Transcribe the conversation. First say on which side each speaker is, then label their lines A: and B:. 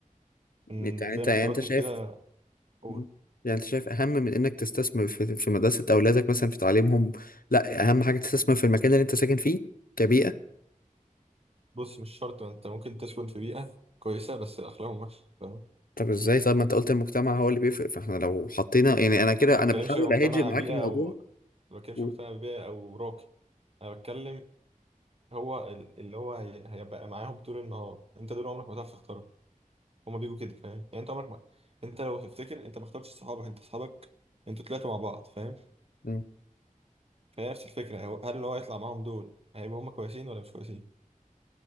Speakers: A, on the right; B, on the left.
A: مم،
B: يعني
A: زي
B: انت
A: ما
B: يعني
A: انت
B: انت
A: قلت
B: شايف
A: كده قول.
B: مم. يعني انت شايف اهم من انك تستثمر في في مدرسة اولادك مثلا في تعليمهم لا اهم حاجة تستثمر في المكان اللي انت ساكن فيه كبيئة
A: بص مش شرط ما انت ممكن تسكن في بيئة كويسة بس اخلاقهم وحشة فاهم
B: طب ازاي طب ما انت قلت المجتمع هو اللي بيفرق فاحنا لو حطينا يعني انا كده
A: ما بتكلمش
B: انا بحاول
A: مجتمع
B: اهجر معاك
A: بيئة
B: الموضوع
A: او ما بتكلمش
B: و...
A: مجتمع بيئة او راقي انا بتكلم هو ال- اللي هو هي- هيبقى معاهم طول النهار انت دول عمرك ما هتعرف تختارهم هما بيجوا كده فاهم يعني انت عمرك ما انت لو تفتكر انت ما اخترتش صحابك انت صحابك انتوا طلعتوا مع بعض فاهم
B: مم.
A: فهي نفس الفكره هو- هل اللي هو هيطلع معاهم دول هيبقوا هما كويسين ولا مش كويسين